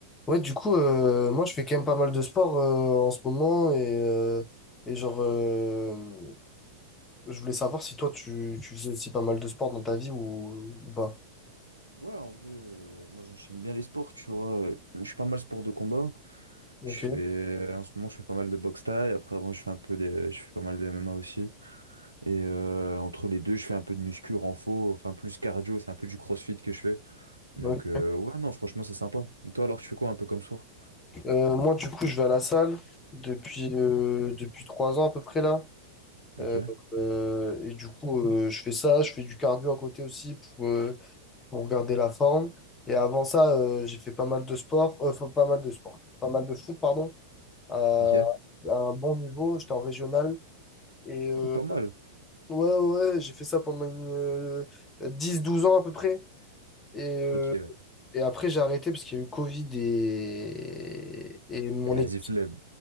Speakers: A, on the left (about 20°); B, on the right (about 85°).
A: Ouais, du coup, euh, moi, je fais quand même pas mal de sport euh, en ce moment et, euh, et genre, euh, je voulais savoir si toi, tu, tu faisais aussi pas mal de sport dans ta vie ou, ou pas.
B: Ouais, en vrai, euh, moi j'enchaîne bien les sports, tu vois. Je suis pas mal sport de combat.
A: Ok.
B: Je fais, en ce moment, je fais pas mal de boxe thaï. Après, avant, je fais un peu des, je fais pas mal de MMA aussi. Et euh, entre les deux, je fais un peu de muscu, renfo, enfin plus cardio, c'est un peu du crossfit que je fais. Donc,
A: Ouais.
B: euh, ouais, non, franchement, c'est sympa. Et toi, alors, tu fais quoi un peu comme sport?
A: Euh, moi, du coup, je vais à la salle depuis, euh, depuis trois ans à peu près là. Euh,
B: Ok,
A: euh, et du coup, euh, je fais ça, je fais du cardio à côté aussi pour, euh, pour garder la forme. Et avant ça, euh, j'ai fait pas mal de sport, euh, enfin, pas mal de sport, pas mal de foot, pardon, à,
B: ok.
A: à un bon niveau. J'étais en régional. Et euh,
B: Oh, pas mal.
A: ouais, ouais, ouais, j'ai fait ça pendant une, euh, 10-12 ans à peu près. Et, euh,
B: Ok. ouais.
A: et après, j'ai arrêté parce qu'il y a eu Covid et, et mon
B: Et Vas-y,
A: équipe.
B: flemme.